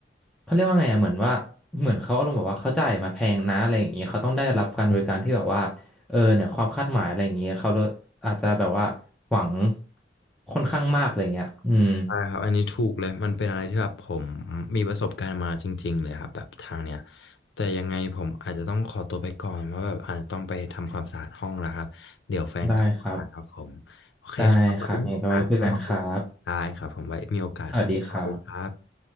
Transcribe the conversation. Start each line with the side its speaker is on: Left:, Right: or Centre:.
Centre: เขาเรียกว่าไงอะเหมือนว่าเหมือนเขาอารมณ์แบบว่าเขาจ่ายมาแพงนะอะไรอย่างเงี้ยเขาต้องได้รับการบริการที่แบบว่าเออเนี่ยความคาดหมายอะไรอย่างเงี้ยเขา
Left: ใช่
Centre: อาจจะแบบว่าหวังค่อนข้างมากอะไรอย่างเงี้ยอืม
Left: ใช่ครับอันนี้ถูกเลยมันเป็นอะไรที่แบบผมมีประสบการณ์มาจริงๆเลยครับแบบทางเนี้ยแต่ยังไงผมอาจจะต้องขอตัวไปก่อนเพราะแบบอาจจะต้องไปทำความสะอาดห้องแล้วครับเดี๋ยวแฟนกลับมาครับผมโอเคครับไว้มีโอกาสค่อยมาคุยได้ครับผมไว้มีโอกาสเข้ามาสวัสดีครับ
Centre: ได้ครับได้ครับงั้นก็ไว้คุยกันครับสวัสดีครับ